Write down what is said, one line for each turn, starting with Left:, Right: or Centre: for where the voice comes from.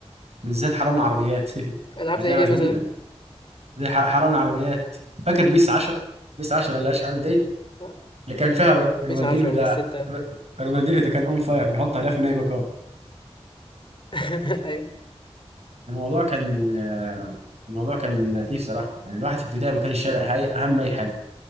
Right: بالذات حرامنا عربيات <laughs>
Left: العاب
Right: كانت
Left: زي
Right: لعبة
Left: ايه
Right: جميلة
Left: مثلا
Right: زي حر- حرامنا عربيات فاكر بيس 10 بيس 10 اللي أشحال دي
Left: <laughs>
Right: اللي كان فيها ر-
Left: بيس
Right: رونالدينهو
Left: 10
Right: ده
Left: وبيس 6
Right: ر- رونالدينهو ده كان اون فاير بيحط اهداف من اي مكان
Left: <laughs> ايوه
Right: الموضوع كان آه، الموضوع كان لطيف صراحه يعني الواحد في البدايه ما كانش شارع هاي اهم اي حاجه